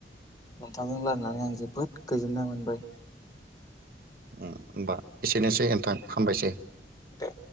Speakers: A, on the left; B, on the right.
A: नोंथांजों रायलायनानै आं जोबोद गोजोन्नाय मोनबाय
B: होमबा एसेनोसै नोंथां हामबायसै
A: दा